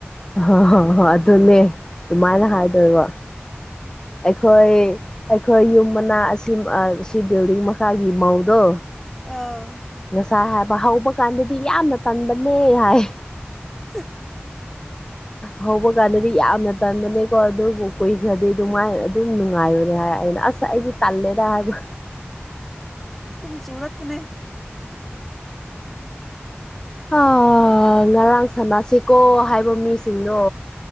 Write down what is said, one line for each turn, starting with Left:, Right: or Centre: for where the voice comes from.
Left: ꯑꯍꯥ ꯍ ꯍ ꯑꯗꯨꯅꯦ ꯑꯗꯨꯃꯥꯏꯅ ꯍꯥꯏꯗꯣꯏꯕ ꯑꯩꯈꯣꯏ ꯑꯩꯈꯣꯏ ꯌꯨꯝ ꯃꯅꯥ ꯑꯁꯤꯝ ꯑ ꯁꯤ ꯕꯤꯜꯗꯤꯡ ꯃꯈꯥꯒꯤ ꯃꯧꯗꯣ
Centre: ꯑꯣ
Left: ꯉꯁꯥꯏ ꯍꯥꯏꯕ ꯍꯧꯕ ꯀꯥꯟꯗꯗꯤ ꯌꯥꯝꯅ ꯇꯟꯕꯅꯦ ꯍꯥꯏ
Centre: ꯍꯛ
Left: ꯍꯧꯕ ꯀꯥꯟꯗꯗꯤ ꯌꯥꯝꯅ ꯇꯟꯕꯅꯦꯀꯣ ꯑꯗꯨꯕꯨ ꯀꯨꯏꯈ꯭ꯔꯗꯤ ꯑꯗꯨꯥꯏ ꯑꯗꯨꯝ ꯅꯨꯡꯉꯥꯏ ꯍꯥꯏꯅ ꯑꯁ ꯑꯩꯗꯤ ꯇꯜꯂꯦꯗ ꯍꯥꯏꯒ
Centre: <unintelligible> ꯁꯨꯔꯠ ꯄꯨꯅꯦ
Left: ꯑ ꯉꯔꯥꯡ ꯁꯥꯟꯅꯁꯤꯀꯣ ꯍꯥꯏꯕ ꯃꯤꯁꯤꯡꯗꯣ